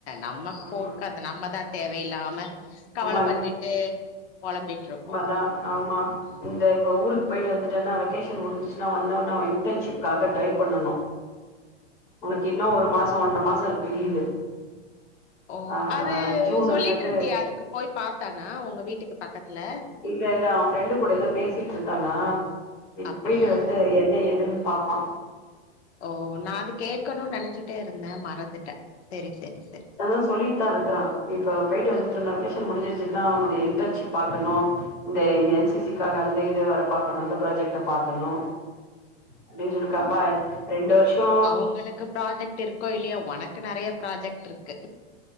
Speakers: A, on the left (about 70°); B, on the left (about 45°).
A: நம்ம
B: ஆமா
A: போக்கது நம்மதான் தேவையில்லாம கவலப்பட்டுட்டு
B: ஆமா
A: பொலம்பிட்ருக்கோ
B: ஆ ஆமா
A: ம்
B: இந்த இப்ப ஊருக் போயிட்டு வந்துட்டேனா வெகேஷன் முடிசிச்சின்னா வந்தவுனே அவ இன்டன்ஷிப்காக ட்ரை பண்ணனு உனக்கு இன்னும் ஒரு மாசம் ஒன்ற மாசம் இருக்கு லீவு
A: ஓ
B: ஆ
A: அது
B: ஜூன்
A: சொல்லிட்ரிந்தியே
B: அல்லது
A: அதுக்கு போய் பாத்தானா உங்க வீட்டுக்கு பக்கத்துல
B: இல்லல்ல அவன் ஃப்ரெண்டு கூட ஏதோ பேசிட்டு இருக்கானா இப்ப
A: அப்டியா
B: போயிட்டு வந்து என்ன ஏதுன்னு பாப்பான்
A: ஓ நான் அது கேக்கணு நெனச்சிட்டேருந்தேன் மறந்துட்டேன் செரி செரி செரி
B: ஆ சொல்லிட்தா இருக்கறா இப்ப போயிட்டு
A: ஆ
B: வந்துட்டு நா வெக்கேசன் முடிஞ்சிருச்சுன அவனுடைய இன்டன்ஷிப் பாக்கணு இந்த என்சிசிக்காக அந்த இது வேற பாக்கணு இந்த ப்ராஜெக்ட பாக்கணு அப்டின் சொல்லிருக்காப்பா ரெண்டு வருஷோ
A: உங்களுக்குப் ப்ராஜெக்ட் இருக்கோ இல்லயோ உனக்கு நெறைய ப்ராஜெக்ட் இர்க்கு